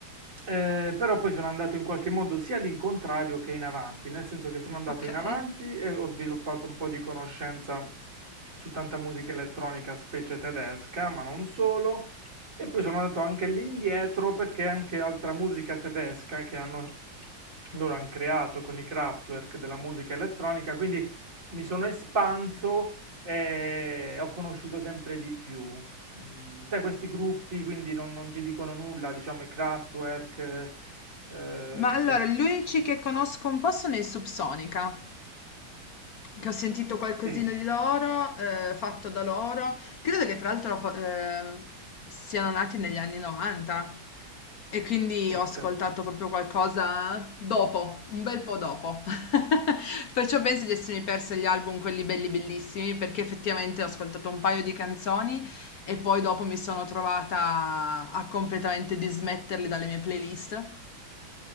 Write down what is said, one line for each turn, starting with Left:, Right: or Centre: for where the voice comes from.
Right: eh, però poi sono andato in qualche modo sia all'incontrario che in avanti, nel senso che sono andato
Left: ok.
Right: in avanti e ho sviluppato un po' di conoscenza su tanta musica elettronica, specie tedesca, ma non solo. E poi sono andato anche lì indietro perché anche altra musica tedesca che hanno, loro hanno creato con i Kraftwerk della musica elettronica, quindi mi sono espanso e ho conosciuto sempre di più. Mm, te questi gruppi quindi non, non ti dicono nulla, diciamo i Kraftwerk, eh, eh,
Left: Ma allora,
Right: sì,
Left: gli unici che conosco un po' sono i Subsonica, che ho sentito qualcosina
Right: sì,
Left: di loro, eh, fatto da loro. Credo che tra l'altro la fo- eh, siano nati negli anni 90 e quindi
Right: sì,
Left: ho ascoltato
Right: certo,
Left: proprio qualcosa dopo, un bel po' dopo. <laughs> Perciò penso di essermi persa gli album, quelli belli bellissimi, perché effettivamente ho ascoltato un paio di canzoni e poi dopo mi sono trovata a completamente dismetterli dalle mie playlist.